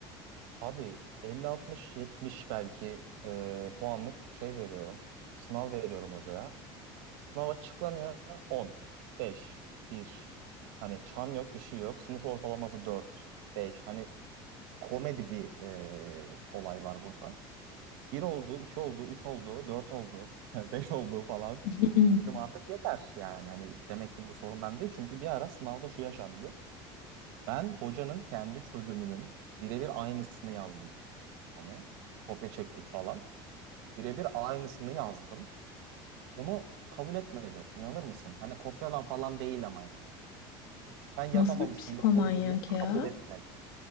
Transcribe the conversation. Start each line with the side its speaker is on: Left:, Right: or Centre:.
Right: abi 50-60-70 belki eee, puanlık şey veriyorum. Sınav veriyorum hocaya. Sınav açıklanıyor 10, 5, 1. Hani çan yok bir şey yok. Sınıf ortalaması 4, 5. Hani komedi bir e, olay var burada. Bir oldu, iki oldu, üç oldu, dört oldu, <laughs> beş oldu falan.
Left: <laughs>
Right: Dedim artık yeter yani. Hani demek ki bu sorun bende değil. Çünkü bir ara sınavda şu yaşandı. Ben hocanın kendi çözümünün birebir aynısını yazdım. Hani kopya çektik falan. Birebir aynısını yazdım. Onu kabul etmedi. İnanır mısın? Hani kopyalan falan değil ama yani. Sen yapamamışsın
Left: Nasıl bir psikomanyak
Right: bu soruyu deyip kabul
Left: ya?
Right: etmedi.